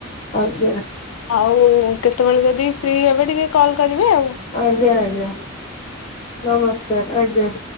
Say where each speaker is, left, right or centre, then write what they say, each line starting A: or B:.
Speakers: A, on the left; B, on the left.
A: ଆଜ୍ଞା।
B: ଆଉ କେତେବେଳେ ଯଦି ଫ୍ରି ହେବେ, ଟିକେ କଲ୍ କରିବେ ଆଉ।
A: ଆଜ୍ଞା ଆଜ୍ଞା ନମସ୍କାର ଆଜ୍ଞା।